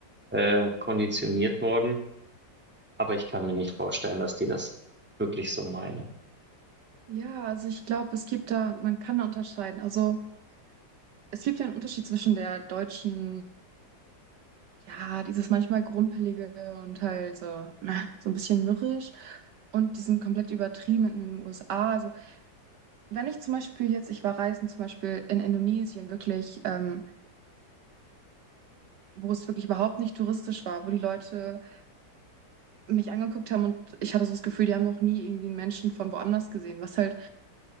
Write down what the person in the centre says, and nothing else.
äh, konditioniert worden. Aber ich kann mir nicht vorstellen, dass die das wirklich so meinen.